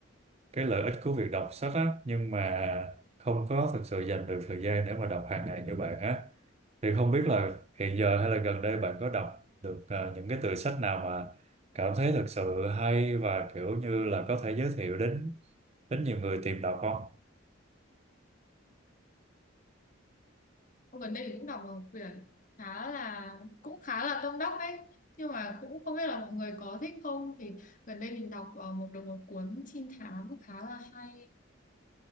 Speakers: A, on the right; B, on the left.
A: cái lợi ích của việc đọc sách á nhưng mà không có thực sự dành được thời gian để mà đọc hàng ngày như bạn á thì không biết là hiện giờ hay là gần đây bạn có đọc được à, những cái tựa sách nào mà cảm thấy thực sự hay và kiểu như là có thể giới thiệu đến đến nhiều người tìm đọc không?
B: Gần đây mình cũng đọc một quyển khá là cũng khá là tâm đắc đấy. Nhưng mà cũng không biết là mọi người có thích không thì gần đây mình đọc ờ, một được một cuốn trinh thám khá là hay.